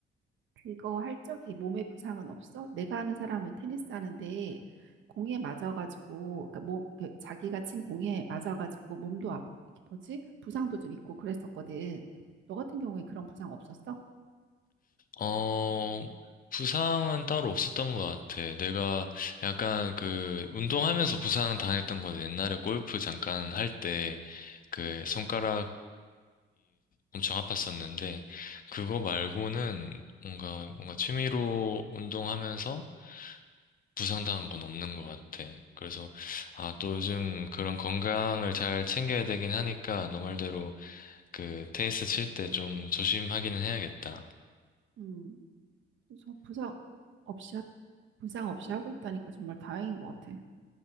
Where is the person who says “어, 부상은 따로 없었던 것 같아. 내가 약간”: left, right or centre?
Left